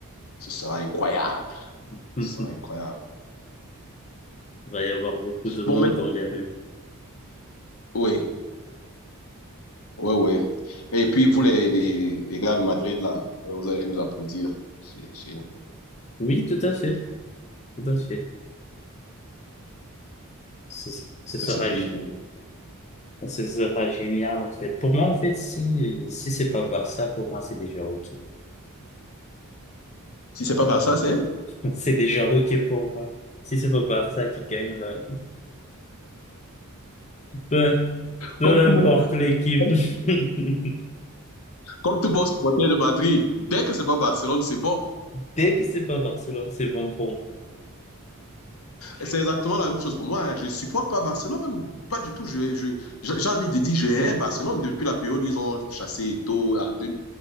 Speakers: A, on the left; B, on the left.
A: Ce sera incroyable.
B: <laughs> Il
A: Ce sera incroyable.
B: va y avoir beaucoup de monde
A: Bon, mais
B: dans les rues.
A: oui, oui, oui. Et puis, vous, les, les, les gars de Madrid, là, vous allez nous applaudir. C'est c'est-
B: Oui, tout à fait, tout à fait. Ce ce
A: c'est
B: sera,
A: ce que
B: gé-
A: vous pouvez.
B: ce sera génial, en fait. Pour moi, en fait, si, si c'est pas Barça, pour moi, c'est déjà OK.
A: Si c'est pas Barça, c'est
B: <laughs> C'est déjà OK pour moi. Si c'est pas Barça qui gagne, là, <laughs> peu, peu
A: comme tout,
B: importe l'équipe.
A: comme,
B: <laughs>
A: comme tout bon supporter de Madrid. Dès que c'est pas Barcelone, c'est bon.
B: Dès que c'est pas Barcelone, c'est bon pour moi.
A: C'est exactement la même chose pour moi. hein. Je ne supporte pas Barcelone, pas du tout. je, je- j'ai envie de dire que je hais Barcelone depuis la période où ils ont chassé Eto'o en